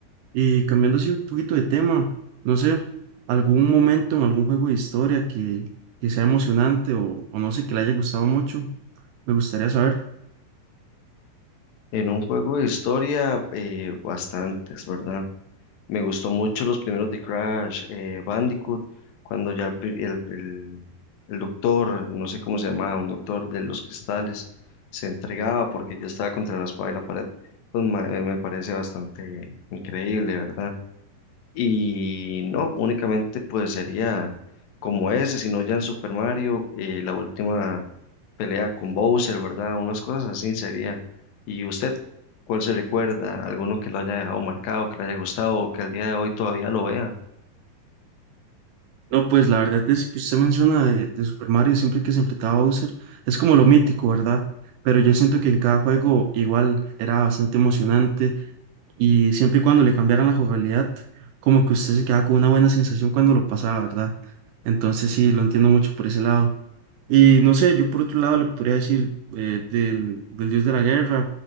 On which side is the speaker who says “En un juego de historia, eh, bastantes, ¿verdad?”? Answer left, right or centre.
Left